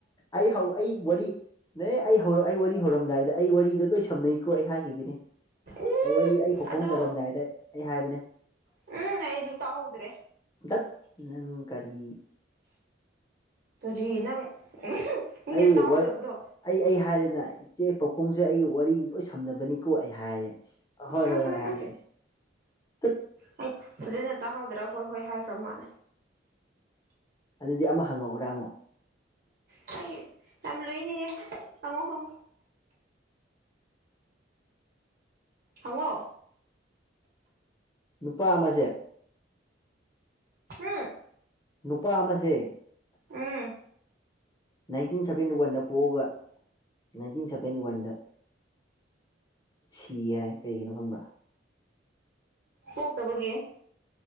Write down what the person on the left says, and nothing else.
ꯑꯩ ꯍꯧ ꯑꯩ ꯋꯥꯔꯤ ꯅ ꯑꯩ ꯍꯧꯔꯛ ꯑꯩ ꯋꯥꯔꯤ ꯍꯧꯔꯝꯗꯥꯏꯗ ꯗ ꯑꯩ ꯋꯥꯔꯤꯗꯣ ꯂꯣꯏ ꯁꯝꯅꯩꯀꯣ ꯑꯩ ꯍꯥꯏꯈꯤꯕ
ꯑꯩ ꯋꯥꯔꯤ ꯑꯩ ꯄꯈꯣꯡ
ꯆꯠꯂꯝꯗꯥꯏꯗ ꯑꯩ ꯍꯥꯏꯕꯅꯦ
ꯗꯠ ꯅꯪ ꯀꯔꯤ
ꯑꯩ
ꯑꯩ ꯑꯩ ꯍꯥꯏꯔꯦꯗꯅ ꯏꯆꯦ ꯄꯥꯎꯈꯨꯝ ꯑꯩ ꯋꯥꯔꯤ ꯂꯣꯏ ꯁꯝꯅꯕꯅꯤꯀꯣ ꯑꯩ ꯍꯥꯏꯔꯦꯁ ꯑ ꯍꯣꯏ
ꯍꯣꯏ
ꯍꯣꯏ
ꯍꯥꯏꯔꯦ ꯑꯩꯁ
ꯑꯗꯨꯗꯤ ꯑꯃ ꯍꯪꯉꯛꯎꯔꯥꯃꯣ
ꯅꯨꯄꯥ ꯑꯃꯁꯁꯦ
ꯅꯨꯄꯥ ꯑꯃꯁꯦ
ꯅꯥꯏꯟꯇꯤꯟ ꯁꯕꯦꯟꯇꯤ ꯋꯥꯟꯗ ꯄꯣꯛꯑꯒ ꯅꯥꯏꯟꯇꯤꯟ ꯁꯕꯦꯟꯇꯤ ꯋꯥꯟꯗ ꯁꯤ ꯌꯥꯏ ꯀꯩꯒꯤꯅꯣ ꯈꯪꯕ꯭ꯔꯥ